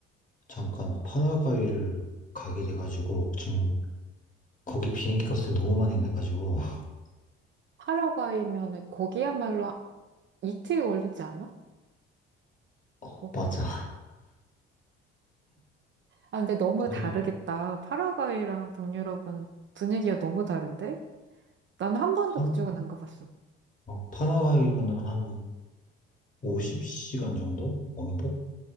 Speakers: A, on the left (about 25°); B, on the right (about 40°).
A: 잠깐 파라과이를 가게 돼가지고 지금 거기 비행기 값을 너무 많이 내가지고. <laughs>
B: 파라과이면은 거기야말로 아- 이틀 걸리지 않아?
A: 어,
B: 뭐.
A: 맞아.
B: 아 근데 너무
A: 거의
B: 다르겠다. 파라과이랑 북유럽은 분위기가 너무 다른데? 나는 한 번도
A: 파-
B: 그쪽은 안 가봤어.
A: 어, 파라과이는 한 50시간 정도? 왕복?